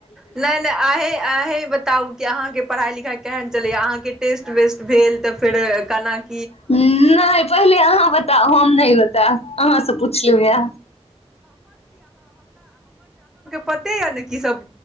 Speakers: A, in the centre; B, on the left.
A: नहि नहि अह अही बताउ कि अहाँके पढ़ाइिाई केहन चलया अहाँ के टेस्ट वेस्ट भेल गेल तऽ फेर केना <unintelligible>
B: नहि पहिले अहाँ बताउ हम नहि बतायब अहाँसँ पुछलहुँ यए
A: पते य ने कि सब